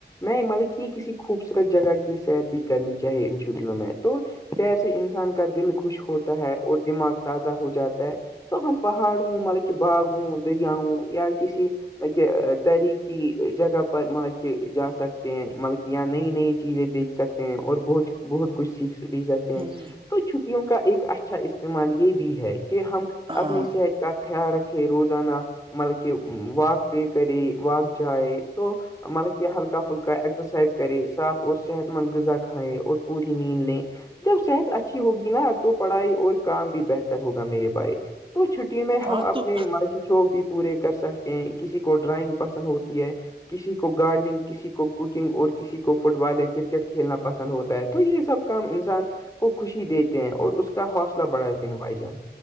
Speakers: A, on the left (about 20°); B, on the right (about 30°).
A: میں مطلب کہ کسی خوبصورت جگہ کے سیر بھی کرنی چاہیے ان شوٹییو میں تو سیر سے انسان کا دل خوش ہوتا ہے اور دماغ تازہ ہو جاتا ہے تو ہم پہاڑوں مطلب کہ باغوں دریاؤوں یا کسی کہ تحریکی جگہ پر مطلب کہ جا سکتے ہیں مطلب کہ یہاں نئی نئی چیزیں دیکھ سکتے اور بہت بہت کچھ سیکھ بھی سکتے ہیں
B: ہوں
A: تو چھپیوں کا ایک اچھا استعمال یہ بھی ہے کہ ہم
B: ہاں
A: اپنی صحت کا خیال رکھے روز زانا مطلبکہ واک پ کرے واک چاہے تو مط کی ہلکا فلکا اسرسائز کرے صاف اور صحت مند غذا کھائیں اور پوری نیند لیں جب صحت اچھی ہوگی نا تو پڑھائی اور کام بھی بہتر ہوگا میرے باعک تو چھٹی میں
B: ہاں
A: ہم اپنے
B: تو
A: مر شوق بھی پورے کر سکتے ہیں کسی کو ڈرائنگ پسند ہوتی ہے کسی کو گارڈننگ کسی کو کوکنگ اور کسی کو فٹ بال یا کرکٹ کھیلنا پسند ہوتا ہے تو یہ سب کام انسان کو خوشی دیتے ہیں اور اس کا حوصلہ بڑھاتے ہیں بھائی جان